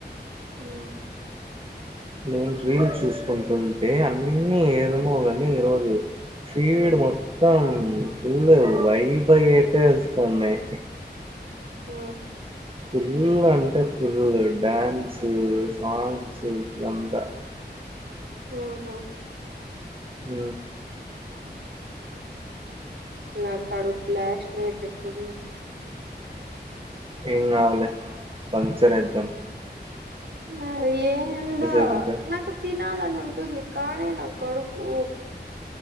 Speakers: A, on the right; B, on the right.
A: ఊ
B: నేను రీల్ చూసుకుంటుంటే అన్నీ ఏమో గని ఈ రోజు ఫీడు
A: ఉమ్
B: మొత్తం ఫుల్లు వైబయ్యేటె వస్తున్నయ్
A: ఆ
B: ఫుల్ అంటే ఫుల్ డ్యాన్స్ సాంగ్స్ ఇట్ల అంతా
A: ఆహా
B: ఊ
A: నా కడుపు బ్లాస్ట్ ఐయటట్టుంది
B: ఏం కాదు లే పంక్చర్ ఎదం
A: అ ఏందో
B: ఏపిద్దాం
A: నాకు తినాలన్ ని ఉంటుంది కానీ నా కడుపు